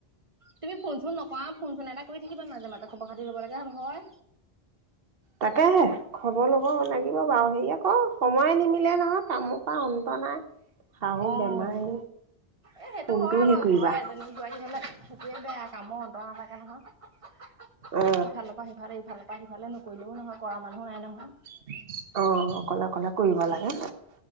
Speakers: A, on the right (about 30°); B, on the right (about 65°).
A: তুমি ফোন চোন নকৰা ফোন চোন এটা কৰি থাকিবা মাজে মাজতে খবৰ খাতি ল'ব লগীয়া হয়।
B: তাকেহে খবৰ ল'ব লাগিব বাৰু হেৰি আকৌ সময়ে নিমিলে নহয় কাম ৰ পৰা অন্ত নাই। শাহু
A: অঁ
B: বেমাৰী
A: এই সেইটো
B: কোনটো
A: হয় আক,
B: হেৰি কৰিবা
A: ঘৰে এজনী বোৱাৰী হ'লে সেইটোৱে আৰু কামৰ অন্ত নাথাকে নহয়। ইফালৰ
B: অ
A: পৰা সিফালে ইফালৰ পৰা সিফালে নকৰিলেও নহয় কৰা মানুহো নাই নহয়।
B: অ', অকলে, অকলে কৰিব লাগে।